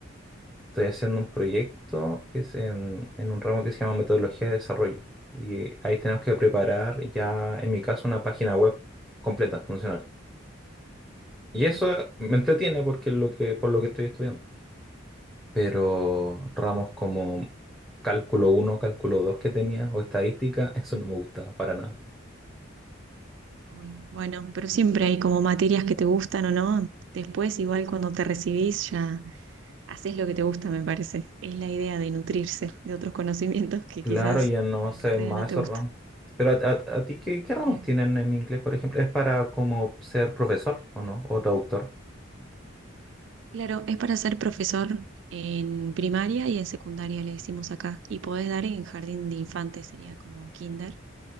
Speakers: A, in the centre; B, on the right.
A: Estoy haciendo un proyecto que es en, en un ramo que se llama metodología de desarrollo. Y ahí tenemos que preparar ya, en mi caso, una página web completa, funcional. Y eso
B: Sí.
A: me entretiene porque es lo que, por lo que estoy estudiando. Pero ramos
B: bien.
A: como cálculo uno, cálculo 2 que tenía, o estadística, eso no me gustaba para nada.
B: Uy, Bueno, pero siempre hay como materias que te gustan o no. Después, igual cuando te recibís, ya. Haces lo que te gusta, me parece. Es la idea de nutrirse de otros conocimientos que
A: Claro,
B: quizás
A: ya no
B: en la
A: sé
B: carrera
A: ven más
B: no te
A: esos
B: gusta.
A: ramos. Pero a, a- a ti, ¿qué, qué ramos
B: Eh,
A: tienen en inglés, por ejemplo? ¿Es para como ser profesor o no? ¿O traductor?
B: claro, es para ser profesor en primaria y en secundaria, le decimos acá. Y podés dar en jardín de infantes, sería como kinder.